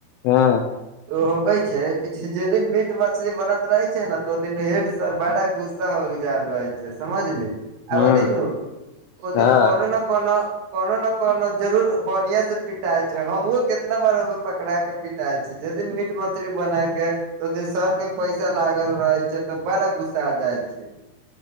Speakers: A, on the left; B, on the right.
A: हँ
B: ओ हो कहै छै जे दिन मीट मछली बनत रहे छै ने तऽ ओ दिन हेड सर बड़ा गुस्सा हो जल रहे छै समझली। आ
A: हँ
B: ओ दिन ओदिन
A: हँ
B: कोनो न। को कोनो ने कोनो जरूर बढ़िया से पिटाएल छै हमहु कितना बार ओ पकड़ा के पिटाएल छी जे दिन मीट मछली बना के ओ दिन सर के पैसा लागल रहै छै तऽ बड़ा घुसा जाय छै। <unintelligible>